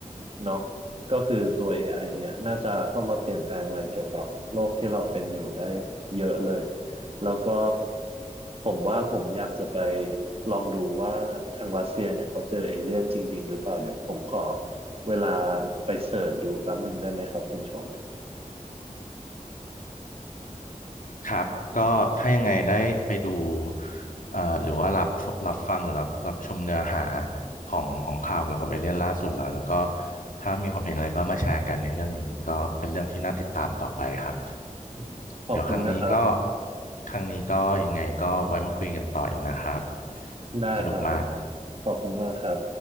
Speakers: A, on the right; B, on the left.
A: เนาะก็คือตัว AI เนี่ยน่าจะเข้ามาเปลี่ยนแปลงอะไรเกี่ยวกับโลกที่เราเป็นอยู่ได้เยอะเลยแล้วก็ผมว่าผมอยากจะไปลองดูว่าทางรัสเซียเนี่ยเขาเจอเอเลี่ยนจริงๆหรือเปล่าเดี๋ยวผมขอ เวลาไปเสิร์ชดูแป๊บหนึ่งได้ไหมครับคุณชง
B: ครับก็ถ้ายังไงได้ไปดูเอ่อหรือว่ารับรับฟังหรือรับรับชมเนื้อหาของของข่าวเกี่ยวกับเอเลี่ยนล่าสุดแล้วแล้วก็ถ้ามีความเห็นอะไรก็มาแชร์กันในเรื่องนี้ก็เป็นเรื่องที่น่าติดตามต่อไปครับ
A: อืมขอบคุณนะครับ
B: เดี๋ยวครั้งนี้ก็ครั้งนี้ก็ยังไงก็ไว้มาคุยกันต่ออีกนะครับ
A: ได้ครับ
B: สนุกมาก
A: ขอบคุณมากครับ